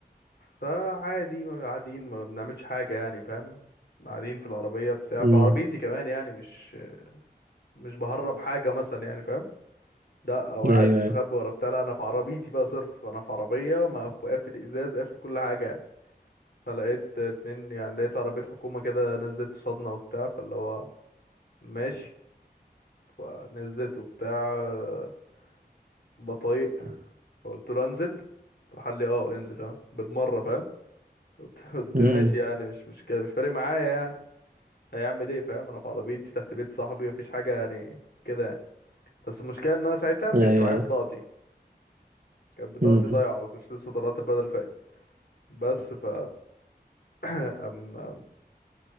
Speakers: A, on the left (about 70°); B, on the right (about 55°).
A: فعادي ما قاعدين ما بنعملش حاجة يعني فاهم قاعدين في العربية بتاع
B: امم
A: في عربيتي كمان يعني مش مش بهرب حاجة مثلا يعني فاهم لا او قاعد
B: ايوه
A: مستخبي ورا بتاع لا انا في عربيتي بقى صرف انا في عربية وما- قافل ازاز قافل كل حاجة يعني فلقيت اتنين يعني لقيت عربية حكومة كده نزلت قصادنا وبتاع فاللي هو ماشي فنزلت وبتاع آه، بطايق فقلت له انزل راح قال لي اه انزل اه بالمره فاهم قلت قلت
B: امم
A: ماشي يعني مش مش كده مش فارق معايا يعني هيعمل ايه فاهم انا في عربيتي تحت بيت صاحبي مفيش حاجه يعني كده يعني بس المشكله ان انا ساعتها ما
B: ايوه
A: كانش معايا بطاقتي كانت بطاقتي
B: امم
A: ضايعه وكنت لسه طلعت البدل فايت بس ف ام